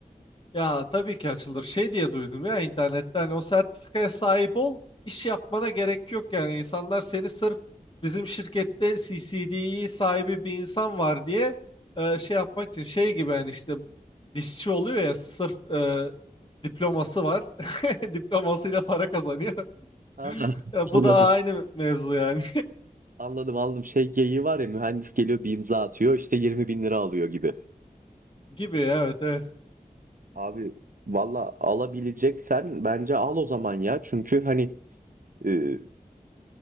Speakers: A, on the left; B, on the right.
A: Ya tabii ki açılır. Şey diye duydum ya internette hani o sertifikaya sahip ol, iş yapmana gerek yok yani. İnsanlar seni sırf bizim şirkette CCD'yi sahibi bir insan var diye e, şey yapmak için şey gibi yani işte dişçi oluyor ya sırf e, diploması var. <laughs> Diplomasıyla para kazanıyor. <laughs>
B: Ha, <laughs>
A: Ya bu
B: anladım.
A: da aynı mevzu yani
B: Anladım anladım. Şey geyiği var ya mühendis geliyor bir imza atıyor işte 20 bin lira alıyor gibi.
A: <laughs> gibi evet evet.
B: Abi valla alabileceksen bence al o zaman ya. Çünkü hani e,